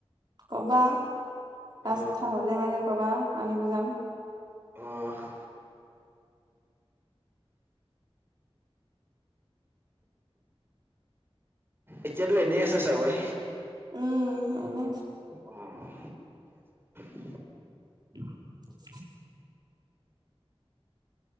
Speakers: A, on the right (about 45°); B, on the right (about 20°).
A: কবা
B: অ
A: ৰাস্তা হ'লে মানে কবা আনিব যাম।
B: অহ্। এতিয়াতো এনেই আছে চাগৈ?
A: উম্ এনেই আছো।
B: অ' <unintelligible>
A: <unintelligible>